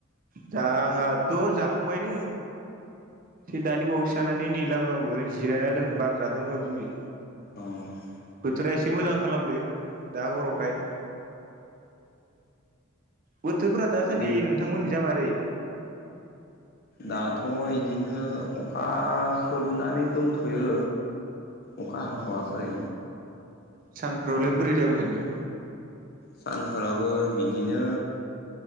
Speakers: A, on the right; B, on the left.
A: जांआथ' जाखांबायनो। ए दानि बावैसो जानानै नै लामायावंबो जिरायना दोङो बार जादों र' दिनै।
B: अ होमबा
A: बोथोरा एसे मोजां खालामदो दा हरावखाय। बोथोरफोरा दासान्दि
B: नों
A: नोंथांमोननि जा मारै?
B: दाथ' इदिनो अखा खोबनानै दंथ'यो‌। अखा हाथ'वाखै।
A: औ सानफ्रावलाय बोरै जाबाय थादो?
B: सानफोरावबो बिदिनो